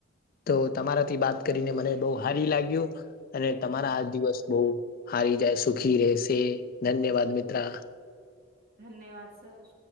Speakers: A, on the left; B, on the right.
A: તો તમારાથી બાત કરીને મને બહુ હારી લાગ્યું. અને તમારા
B: હા
A: આ દિવસ બહુ હારી જાય સુખી રહેશે, ધન્યવાદ મિત્રા.
B: ધન્યવાદ સર.